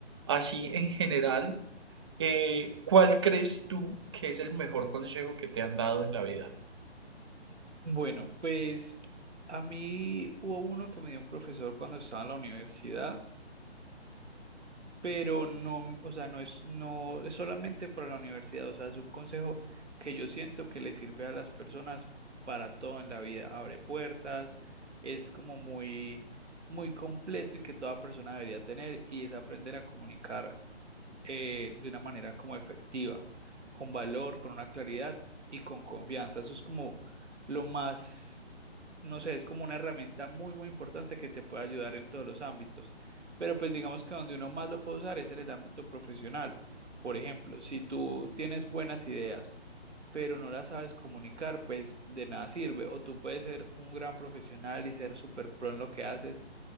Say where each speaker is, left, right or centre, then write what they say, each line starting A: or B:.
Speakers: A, on the right (about 25°); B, on the right (about 85°).
A: así en general, eh, ¿cuál crees tú que es el mejor consejo que te han dado en la vida?
B: Bueno, pues a mí hubo uno que me dio un profesor cuando estaba en la universidad. pero no, o sea, no es, no es solamente para la universidad, o sea, es un consejo que yo siento que le sirve a las personas para todo en la vida, abre puertas, es como muy, muy completo y que toda persona debería tener y es aprender a comunicar eh, de una manera como efectiva, con valor, con una claridad y con confianza, eso es como lo más no sé, es como una herramienta muy, muy importante que te puede ayudar en todos los ámbitos. Pero pues digamos que donde uno más lo puede usar es en el ámbito profesional. Por ejemplo, si tú tienes buenas ideas, pero no las sabes comunicar, pues de nada sirve. O tú puedes ser un gran profesional y ser súper pro en lo que haces,